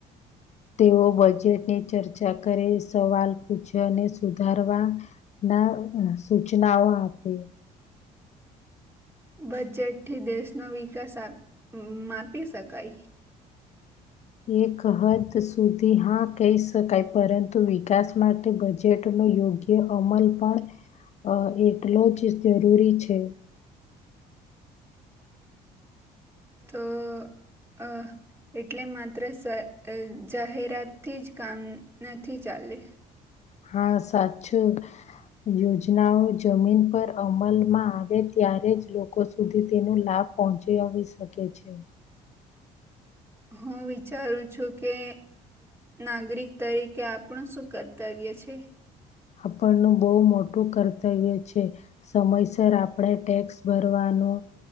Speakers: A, on the left; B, on the right.
A: તેઓ બજેટની ચર્ચા કરે સવાલ પૂછવા અને સુધારવા ના સૂચનાઓ આપે
B: બજેટથી દેશનો વિકાસ માપી શકાય
A: એક હદ સુધી હા કહી શકાય પરંતુ વિકાસ માટે બજેટ નો યોગ્ય અમલ પણ એટલો જ જરૂરી છે
B: તો અ એટલે માત્ર જાહેરાતથી જ કામ નથી ચાલે
A: હા સાચું યોજનાઓ જમીન પર અમલમાં આવે ત્યારે જ લોકો સુધી તેનો લાભ પહોચી આવી શકે છે
B: હું વિચારું છું કે નાગરિક તરીકે આપણું શું કર્તવ્ય ગ છે
A: આપણનું બહુ મોટું કર્તવ્ય છે સમયસર આપણે ટેક્સ ભરવાનું ન